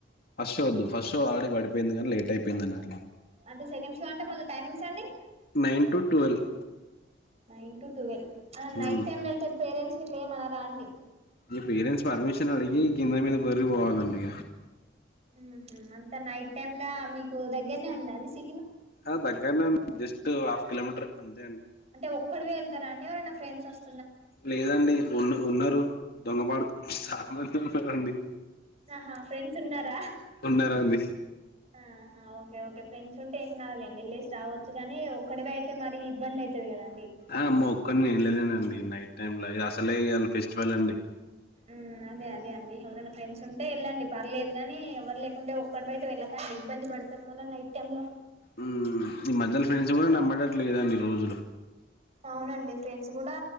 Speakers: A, on the left; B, on the right.
A: ఫస్ట్ షో వద్దు ఫస్ట్ షో ఆల్రడి పడియింది కానీ లేట్ అయిపో పిందనా
B: అంటే సెకండ్ షో అంటే మళ్ళ టైమింగ్స్ సన్ని
A: nine to twelve
B: nine to twelve
A: హ్మ్.
B: night టైమ్ లో వెళ్తే పేరెంట్స్ ఇట్లా ఎమ్ అనరా అండి
A: ఈ పేరెంట్స్ పర్మిషన్ అడిగి కింద మీద పోర్లి పోవాలండి.
B: ఉ హు అంత నైట్ టైమ్లా మీకు దగ్గరనే ఉందండి సి
A: ఆ దగ్గర్నె ఉంద్ జస్ట్ అఫ్ కిలోమీటర్ అంతే అండి
B: అంటే ఒక్కడివే వెళ్తారాండి అవరన్న ఫ్రెండ్స్ వస్తా
A: లేదండి ఉన్న ఉన్నారు దొంగ బడుకు సమన్ చూసారా అండి
B: ఆహా ఫ్రెండ్స్ ఉన్నారా
A: ఉన్నారండి
B: ఆహా ఓకే ఓకే ఫ్రెండ్స్ ఉంటే ఏం కాదులెండి వెళ్ళేస్ రావచ్చు గానీ ఒక్కడివే అయితే మరి ఇబ్బంది అయితది కదా.
A: ఆ మొక్క వెళ్ళాలెండి నైట్ టైమ్లా అస్ తలే ఇయ్యాల ఫెస్టివల్ అండి
B: ఉ అదే అదే అండి ఎవరన్న ఫ్రెండ్స్ ఉంటే యేళ్ళండి పర్లేద్ కానీ ఎవ్వరు లేకుంటే ఒక్కడివే అయితే వెళ్ళకండి ఇబ్బంది పడతారు మళ్ళ నైట్ టైమ్ లో
A: ఊ ఈ మధ్యలో ఫ్రెండ్స్ కూడా నమ్మటాట్ల లేరండి రోజులు
B: అవునండి ఫ్రెండ్స్ కూడా